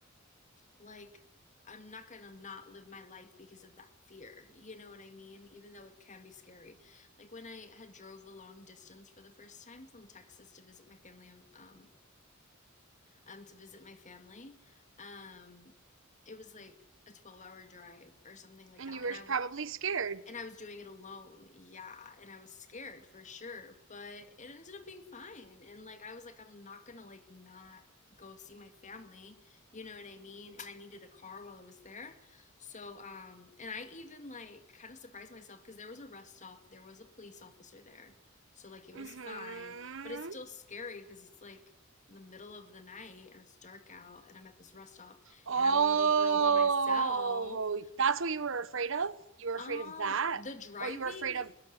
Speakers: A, on the left (about 35°); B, on the right (about 65°).
A: like I'm not gonna not live my life because of that fear. You know what I mean? Even though it can be scary. Like when I had drove a long distance for the first time from Texas to visit my family, um, um um, to visit my family, um, it was like a 12 hour drive or something like
B: And
A: that,
B: you
A: and
B: were
A: I was
B: probably scared.
A: and I was doing it alone. Yeah, and I was scared for sure, but it ended up being fine. And like I was like I'm not going to like not go see my family, you know what I mean? And I needed a car while I was there. So um and I even like kind of surprised myself cuz there was a rest stop, there was a police officer there. So like it was
B: Mm-hmm.
A: fine, but it's still scary cuz it's like the middle of the night and it's dark out and I'm at this rest stop
B: Oh,
A: and I'm a little girl by myself.
B: that's what you were afraid of? You were
A: Um
B: afraid of that?
A: the driving
B: Or you were afraid of